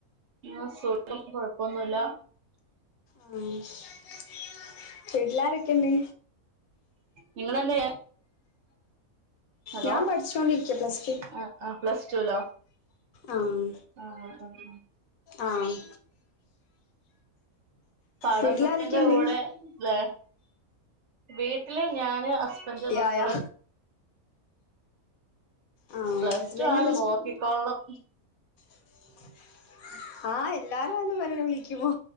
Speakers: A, on the right (about 60°); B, on the left (about 75°).
A: <unintelligible> കൊഴപ്പൊന്നുല്ല
B: ആഹ് വീട്ടിലാരക്കെയിണ്ട്
A: നിങ്ങളെന്നയ്യാ ഹലോ
B: ഞാൻ പഠിച്ചോണ്ടിരിക്ക പ്ലസ് ടു
A: ആഹ് ആഹ് പ്ലസ് ടുവിലോ
B: ആഹ്
A: ആഹ ആഹ് ആഹ് ആഹ്
B: ആഹ്
A: പഠനത്തിന്റെ
B: വീട്ടിലാരൊക്കെണ്ട്
A: കൂടെ വേ വീട്ടില് ഞാന് ഹസ്ബന്റ്
B: യാ
A: മക്കള്
B: യാ ആഹ്
A: പ്ലസ്
B: ഹസ്ബൻഡിന്
A: ടു ആണ് നോക്കിക്കൊൾണം
B: <inaudible> ഹാ എല്ലാരും ആനും വരാന് വിളിക്കുമോ